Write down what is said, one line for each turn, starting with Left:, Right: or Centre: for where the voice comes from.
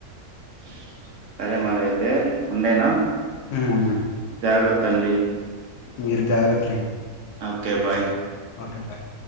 Right: <inaudible> సరే మరి అయితే ఉండేనా
Left: హ్మ్మ్
Right: జాగ్రత్త అండి
Left: మీరు జాగ్రతండి
Right: ఓకే బాయ్
Left: ఓకే బాయ్